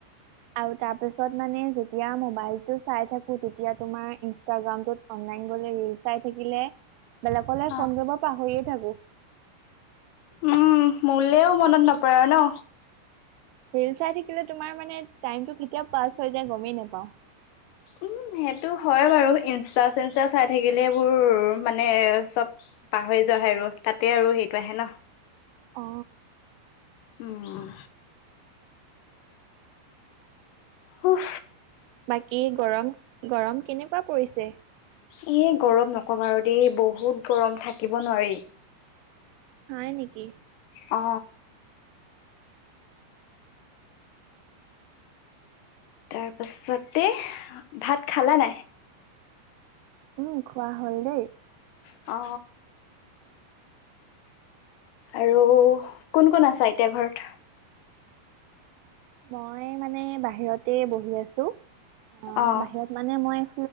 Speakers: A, on the right; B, on the left.
A: আৰু তাৰ পিছত মানে যেতিয়া মবাইলটো চাই থাকোঁ তেতিয়া তোমাৰ ইস্টাগ্ৰামত গলে চাই থাকিলে বেলেকলৈ
B: অ
A: ফোন কৰিব পাহৰিয়ে থাকো
B: উম মোলেও মনত নপৰে আৰু ন
A: লিল চাই থাকিলে তোমাৰ মানে টাইমটো কেতিয়া পাছ হৈ যায় গমেই নাপাওঁ
B: উম সেইটো হয় বাৰু ইনষ্টা চিষ্টা চাই থাকিলে এইবোৰ মানে চব পাহৰি যাব আহে আৰু তাতে আৰু সেইটো আহে ন
A: অ
B: উম সুহ
A: বাকী গৰম গৰম কেনেকুৱা পৰিছে
B: এ গৰম নকবা আৰু দেই বহুত গৰম থাকিব নোৱাৰি
A: হয় নেকি
B: অ তাৰ পাছতে ভাত খালা নাই
A: উম খোৱা হল দেই
B: অ আৰু কোন কোন আছা এতিয়া ঘৰত
A: মই মানে বাহিৰতে বহি আছো অ
B: অ',
A: বাহিৰত মানে মই